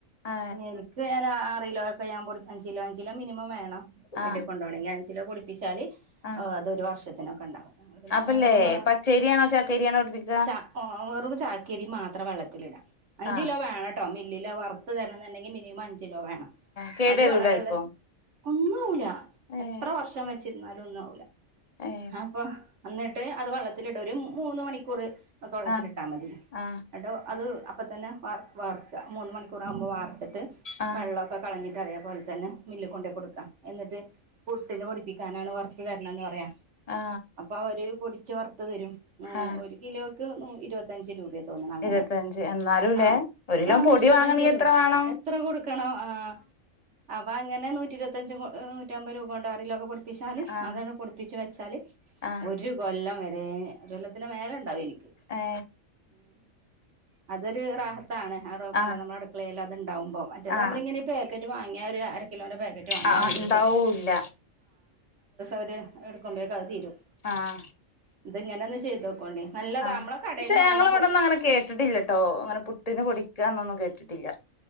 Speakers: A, on the left (about 35°); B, on the right (about 60°).
A: ആ
B: എനിക്ക് ഞാൻ ഒരാറ് കിലോക്കെ ഞാൻ പൊട് അഞ്ച് കിലോ ഒക്കെ അഞ്ച് കിലോ മിനിമം വേണം
A: ആ
B: മില്ല് കൊണ്ടോണെങ്കി അഞ്ച് ഞ്ചിലോ പൊടിപ്പിച്ചാല്
A: ആ
B: ഓ അതൊരു വർഷത്തേക് ത്തിനൊക്കെണ്ടാവും പിന്നെ
A: അപ്പല്ലേ
B: അംഗങ്ങളും കൊറോ
A: പച്ചേരിയാണോ ചാക്കേരിയാണോ പിടിപ്പിക്ക
B: ച വെറും ചാക്കിരി മാത്രം വെള്ളത്തിൽ ഇടുക അഞ്ച്
A: ആ
B: കിലോ വേണംട്ടോ വറത്ത് തരുണം ന്ന് ണ്ടെങ്കി മിനിമം അഞ്ച് ചെലുവേം വേണം
A: കേട്
B: അത്
A: വരൂല
B: വെള്ളത്തി
A: ഇപ്പൊ
B: ഒന്നുമാവില്ല
A: ഏ
B: എത്ര വർഷം വെച് ന്നാലോ ഒന്നും ആവു ഇല്ല
A: ഏ
B: അപ്പൊ എന്നിട്ട് അത് വെള്ളത്തിലിട ഒരു മൂന്ന് മണിക്കൂർ ഒക്കെ വെള്ളത്തിലിട്ടാ
A: ആ
B: മതി
A: ആ
B: അട്ടോ അത് അപ്പം തന്നെ വാർത്ത് വാർക്കുക മൂന്ന് മണിക്കൂറാവകുമ്പോൾ വാർത്തിട്ട്
A: ആ
B: ട്ട് വെള്ളമൊക്കെ കളഞ്ഞി <unintelligible> തന്നെ മില്ല കൊണ്ട കൊടുക്ക എന്നിട്ട് പുട്ടിനു പൊടിപ്പിക്ക ക്കാനാണ് വർ <unintelligible> എന്ന് പറയാം
A: ആ
B: അപ്പൊ അവര് പൊടി ചോർ പത്ത തരും ന
A: ആ
B: ഒരു കിലോക്ക് ന ഇരുപത്തഞ്ച് രൂപയ തോന്നുന്നു അങ്ങനെ
A: ഇരുപത്തഞ്ച് എന്നാലുംല്ലേ
B: ആഹ
A: ഒരു കിലോ
B: ആ നൂറ്റി
A: പൊടി
B: ഇരുപത്തഞ്ചല്ലോ
A: വാങ്ങണെങ്കി എത്ര വേണം
B: എത്ര കൊടുക്കണോ ആ അവ അങ്ങനെ നൂറ്റിരുപത്തഞ്ച് നൂറ്റമ്പത് രൂപ കൊണ്ടണ്ട് ആറ് കിലൊക്കെ പൊടിപിച്ചാല്
A: ആ
B: അതാണ് പൊടിപ്പിച്ച് വച്ച ച്ചാല്
A: ആ
B: ഒരു കൊല്ലം വ അതെ ഒരു കൊല്ലത്തിന് മേല ഉണ്ടാവും എനിക്ക്
A: ഏ
B: ഉം അത് ദി റാഹത്ത് ഇത്താണ് അവിടെ കൊണ്ട
A: ആ
B: നമ്മള അടുക്കളേല ഉണ്ടവുമ്പോ മറ്റേ
A: ആ
B: നമ്മള ഇങ്ങനെ പേ ക്കറ്റ് വാങ്ങിയ ഒരു കാ കിലോണ്ടേ പാക്കറ്റ് വാങ്ങിയ
A: ആ
B: രണ്ടുസം
A: ഉണ്ടാവൂല്ല
B: അവര് എടുക്കുമ്പോ- അത് തീരും
A: ആ
B: ഇതങ്ങനെ ഒന്ന് ചെയ്ത് നോക്ക് ഒണ്ടേൽ നല്ലതാമ്മള
A: ആഹ്
B: കടയിൽന്ന്
A: പക്ഷെ
B: വാങ്ങണ
A: ഞങ്ങളിവിടൊന്നും
B: പൊ
A: അങ്ങനെ കേട്ടിട്ടില്ലട്ടോ അങ്ങനെ പുട്ടിന് പൊടിക്കാന്നൊന്നും കേട്ടിട്ടില്ല